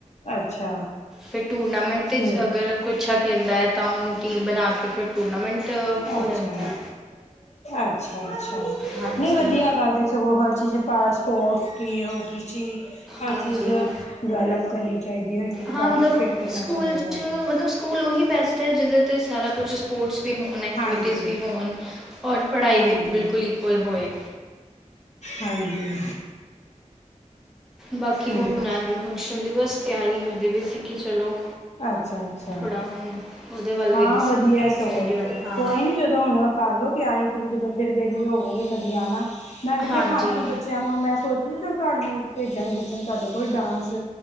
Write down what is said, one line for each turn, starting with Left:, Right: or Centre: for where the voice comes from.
Left: ਅੱਛਾ
Centre: ਫਿਰ ਟੂਰਨਾਮੈਂਟ
Left: ਠੀਕ
Centre: ਅਗਰ ਕੁਛ ਖੇਲਦਾ ਹੈ। ਤਾਂ ਉਹਨੂੰ ਟੀਮ ਬਣਾ ਕੇ ਫਿਰ ਟੂਰਨਾਮੈਂਟ
Left: ਅੱਛਾ
Centre: ਹੋ ਜਾਂਦਾ ਹੈ
Left: ਅੱ ਅੱਛਾ,
Centre: ਹਾਂਜੀ
Left: ਨਹੀਂ ਵਧੀਆ ਗੱਲ ਸਗੋਂ ਹਰ ਚੀਜ਼ ਪਾ ਸਪੋਰਟਸ ਕੀ ਹੋਰ ਹਰ
Centre: ਹਾਂਜੀ
Left: ਚੀਜ਼ ਡਿਵੈਲਪ ਕਰਨੀ ਚਾਹੀਦੀ, ਹਰ ਚੀਜ਼
Centre: ਹਾਂ
Left: ਪਾਰਟੀ
Centre: ਮਤਲਬ
Left: ਸਪੇਟ ਕਰਨਾ
Centre: ਸਕੂਲ
Left: ਚਾਹੀਦਾ।
Centre: 'ਚ ਮਤਲਬ ਸਕੂਲ ਉਹੀ ਬੈਸ ਜਿਹਦੇ ਤੇ ਸਾਰਾ ਕੁਛ ਸਪੋਰਟਸ ਵੀ ਹੋਣ ਐਕਟੀਵਿਟੀਜ਼
Left: ਹਾਂਜੀ
Centre: ਵੀ ਹੋਣ ਔਰ ਪੜ੍ਹਾਈ
Left: ਹਾਂਜੀ
Centre: ਵੀ ਬਿਲਕੁਲ ਇਕੁਵਲ ਹੋਏ।
Left: ਹਾਂਜੀ
Centre: ਬਾਕੀ
Left: ਓਕੇ
Centre: ਹੁਣ ਐਨੂਅਲ ਫੰਕਸ਼ਨ ਦੀ ਬਸ ਤਿਆਰੀ ਕਰ ਦੇ ਵੇ ਸੀ ਚਲੋ
Left: ਅੱਛਾ! ਅੱਛਾ
Centre: ਥੋੜਾ ਹੁਣ ਉਹਦੇ ਵੱਲ
Left: ਹਾਂ
Centre: ਹੋਈ ਦੀ
Left: ਵਧੀਆ
Centre: ਸੀ
Left: ਸਗੋਂ
Centre: ਸਟੱਡੀ ਵੱਲ ਹਾਂ
Left: ਕੋਈ ਨੀ ਜਦੋਂ ਹੁਣ ਕਰ ਲਓ ਤਿਆਰੀ ਤਰੀ ਜਦੋਂ ਫਿਰ ਵਿਹਲੇ ਹੋਵਗੇ ਲੁਧਿਆਣਾ ਮੈਂ ਵੀ
Centre: ਹਾਂਜੀ
Left: ਦੇਖਾਣਾ ਮੈਂ ਬੱਚਿਆਂ ਨੂੰ ਮੈਂ ਸੋਚ ਚ ਤੁਹਾਨੂੰ ਭੇਜਾਂਗੀ ਬੱਚਿਆਂ ਨੂੰ ਤੁਹਾਡੇ ਹੋਰ ਡਾਂਸ